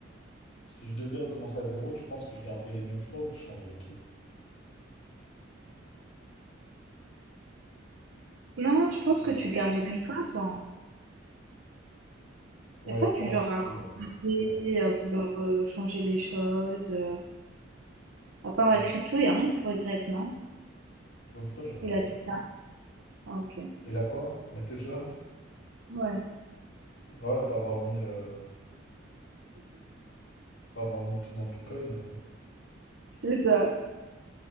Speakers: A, on the left (about 70°); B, on the right (about 75°).
A: Si je devais recommencer à zéro, tu penses que je garderais les mêmes choix ou que je changerais tout?
B: Non,
A: Ce
B: je pense
A: que tu
B: que
A: penses.
B: tu gardes les mêmes choix, toi. hein.
A: Ouais,
B: T'es pas
A: je pense
B: du genre
A: aussi,
B: à
A: ouais.
B: regretter,
A: Ouais.
B: à vouloir euh, changer les choses. euh. À part
A: Ouais.
B: la crypto, il a rien que tu regrettes, non?
A: Même ça, je regrette
B: Et la
A: pas.
B: Tesla. Ah, Ok.
A: Et la quoi? Et la Tesla?
B: Ouais,
A: Ah ouais, pas avoir mis, euh, pas avoir mis tout dans le Bitcoin, hein, ouais.
B: c'est ça.